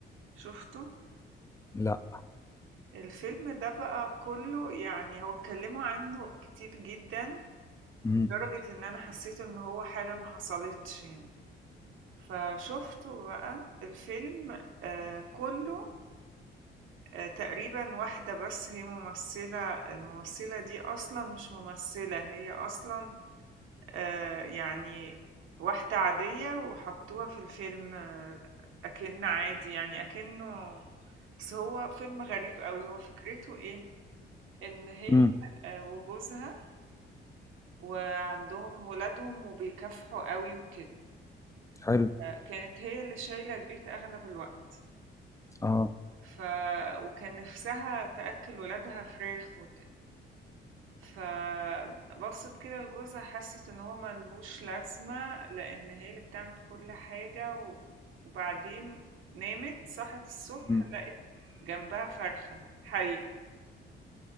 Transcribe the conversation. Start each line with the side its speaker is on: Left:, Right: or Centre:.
Right: شُفته؟
Left: لا
Right: الفيلم ده بقى كلّه يعني هو اتكلّموا عنّه كتير جدًا،
Left: امم
Right: لدرجة إن أنا حسّيت إن هو حاجة ما حصلتش يعني، فشُفته بقى الفيلم آآ كلّه آآ تقريبًا واحدة بس هي ممثّلة، الممثّلة دي أصلًا مش ممثّلة، هي أصلًا آه، يعني واحدة عادية وحطوها في الفيلم آه، أكن عادي يعني أكنه بس هو فيلم غريب قوي هو فكرته إيه إن هي
Left: امم
Right: آه، وجوزها وعندهم ولادهم وبيكافحوا قوي وكده
Left: حلو
Right: آه، كانت هي اللي شايلة البيت أغلب الوقت
Left: اه
Right: ف... وكان نفسها تأكل ولادها فراخ وكده. فبصت كده لجوزها حست إن هو ملهوش لازمة لأن هي اللي بتعمل كل حاجة و... وبعدين نامت صحت الصبح
Left: امم
Right: لقت جنبها فرخة حية